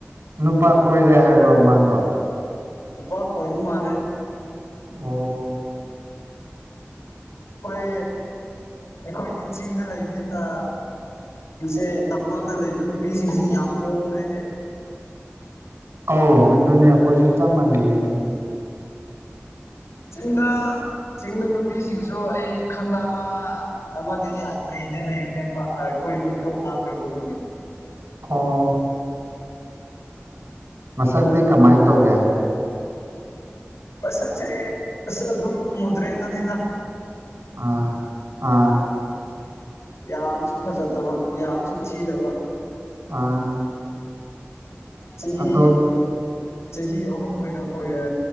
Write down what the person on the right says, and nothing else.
ꯅꯨꯄꯥ ꯀꯣꯏꯔꯦ ꯍꯥꯏꯕ꯭ꯔꯣ ꯃꯥꯗꯣ
ꯑꯣ
ꯑꯧ ꯑꯗꯨꯅꯦ ꯑꯩꯈꯣꯏꯁꯨ ꯆꯞ ꯃꯥꯟꯅꯩ ꯑꯗꯨ
ꯑꯣ ꯃꯁꯛꯗꯤ ꯀꯃꯥꯏ ꯇꯧꯒꯦ
ꯑ ꯑꯥ
ꯑꯥ
ꯑꯗꯣ